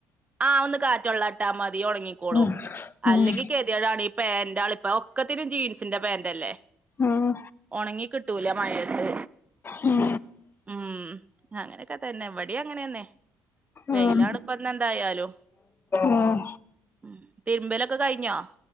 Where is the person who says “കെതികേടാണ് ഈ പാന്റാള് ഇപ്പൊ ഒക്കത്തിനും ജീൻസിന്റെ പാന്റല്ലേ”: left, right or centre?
Right